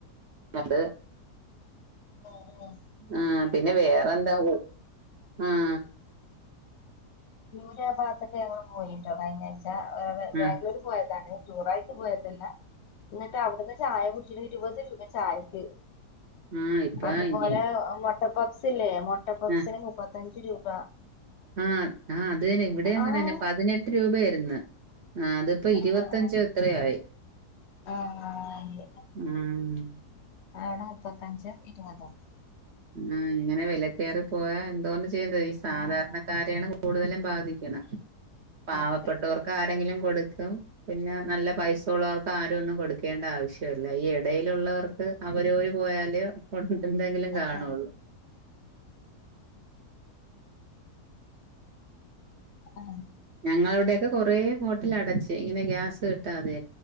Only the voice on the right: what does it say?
അത്
ആ പിന്നെ വേറെന്താ ഉ ആഹ്
ആഹ്
ആഹ് ഇപ്പ
ഇനി
ആഹ്
ആഹ് ആഹ് അത് തന്നെ ഇവിടെ അങ്ങനെ
തന്നെ പതിനെട്ട് രൂപയായിരുന്നു ആ ഇതിപ്പൊ ഇരുപത്തിഞ്ച്
ത്രയായി
ആഹ്
ആഹ് ഇങ്ങനെ വിലക്കയറി പോയാ എന്തോന്ന് ചെയ്യേണ്ടേ ഈ സാധാരണക്കാരെയാണ്
കൂടുതലും ബാധിക്ക്ണ് പാവപ്പെട്ടവർക്ക്
ആരെങ്കിലും കൊടുക്കും പിന്നെ നല്ല പൈസ ഉള്ളവർക്ക് ആരും ഒന്നും കൊടുക്കേണ്ട ആവശ്യല്ല ഈ ഇടയിലുള്ളവർക്ക് അവര് വര് പോയാല് <unintelligible> എന്തങ്കിലും കാണുള്ളൂ
ഞങ്ങള വിടെൊക്കെ കൊറേ ഹോട്ടല് അടച്ച് ഇങ്ങനെ ഗ്യാസ് കിട്ടാതെ